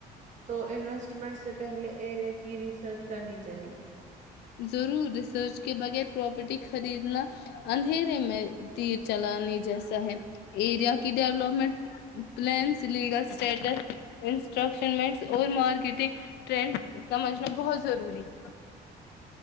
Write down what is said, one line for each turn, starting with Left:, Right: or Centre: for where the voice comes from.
Right: تو انویسٹمنٹ سے پہلے ایریا کی ریسرچ کرنی چاہیے
Left: ضرور ریسرچ کے بغیر پراپرٹی خریدنا اندھیرے میں تیر چلانے جیسا ہے ایریا کی ڈیولپمنٹ پلانس لیگل اسٹیٹس انسٹرکشنٹ اور مارکیٹنگ ٹرینڈ سمجھنا بہت ضروری ہے